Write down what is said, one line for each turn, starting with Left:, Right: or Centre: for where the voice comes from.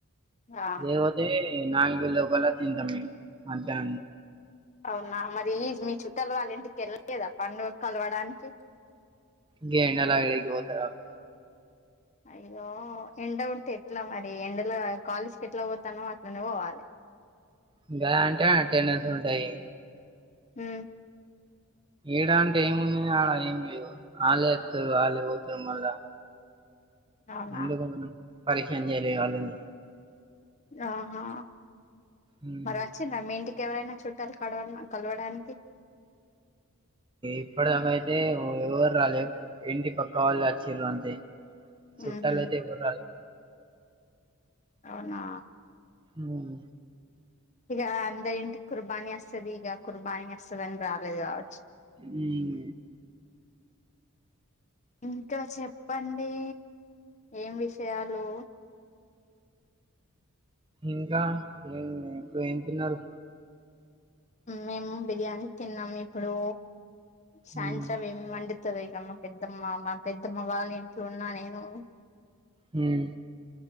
Left: ఆ
Right: ఏ మ నాలుగు లోపల తింటాం మధ్యాహ్నం
Left: అవునా మరి ఈ మీ చుట్టల వాళ్ళ ఇంటికి వెళ్ళలేదా పండుగ కలవడానికి
Right: గి ఎండల ఎడికి పోతారాలు
Left: అయ్యో ఎండ ఉంటే ఎట్లా మరి ఎండలో కాలేజ్ కి ఎట్లా పోతానో అట్లనే పోవాలి
Right: ఇంకా అంటే అటెండెన్స్ ఉంటాయి
Left: హ
Right: ఏడ అంటే ఏముంది అడ ఏం లేరు వాలే ఎస్తారు వాళ్ళే పోతారు మళ్ళా
Left: అవునా
Right: ఎందుకు మనం పరేషాన్ చేయల్లే వాళ్ళను
Left: ఆహా
Right: ఉమ్.
Left: మరి వచ్చి ర మీంటికి ఎవరైనా చుట్టాలు కడవ కలవడానికి
Right: ఇప్పటిదాక అయితే ఎవరు రాలే ఇంటి పక్కా వాళ్ళు వచిర్రు అంతే చుట్టలయితే
Left: ఉహు
Right: ఎవ్వలు రాలె
Left: అవునా
Right: హుమ్
Left: ఇక అందరి ఇంటికి కుర్బానీ వస్తది ఇగ కుర్బానీ వస్తదని రాలేదు కావచ్చు
Right: హుమ్
Left: ఇంక చెప్పండి ఏం విషయాలు
Right: ఇంకా హుమ్ ఇప్పుడు ఏం తిన్నారు
Left: మేము బిర్యానీ తిన్నాము ఇప్పుడూ సాయంత్రం
Right: ఉమ్.
Left: ఏం వండ్ తది మా పెద్దమ్మ మా పెద్దమ్మ వాళ్ళ ఇంట్లో ఉన్నా నేను
Right: హుమ్